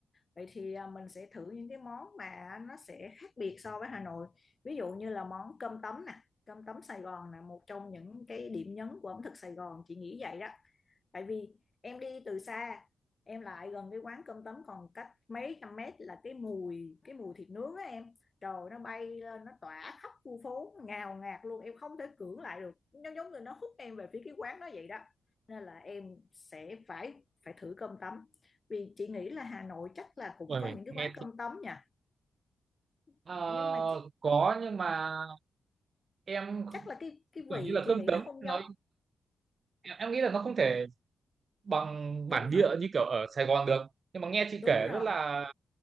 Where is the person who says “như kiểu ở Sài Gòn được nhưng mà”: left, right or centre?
Right